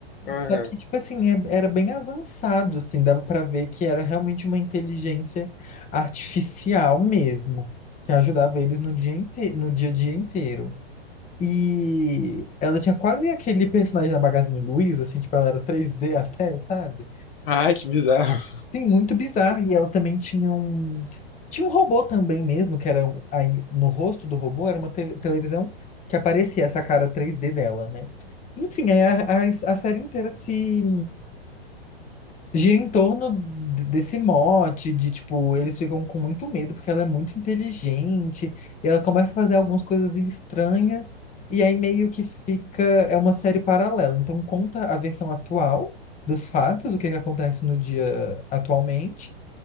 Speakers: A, on the left; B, on the left.
A: Aham.
B: Só que, tipo assim, é- era bem avançado, assim, dava pra ver que era realmente uma inteligência artificial mesmo, que ajudava eles no dia inteiro, no dia a dia inteiro. E ela tinha quase aquele personagem da Magazine Luiza, assim, tipo, ela era 3D até, sabe?
A: Ai, que bizarro.
B: Sim, muito bizarro. E ela também tinha um... Tinha um robô também mesmo, que era... um- aí No rosto do robô era uma te- televisão que aparecia essa cara 3D dela, né? Enfim, aí a, a a série inteira se gira em torno d- desse mote de tipo, eles ficam com muito medo porque ela é muito inteligente e ela começa a fazer algumas coisas estranhas e aí meio que fica, é uma série paralela. Então conta a versão atual dos fatos, o que que acontece no dia atualmente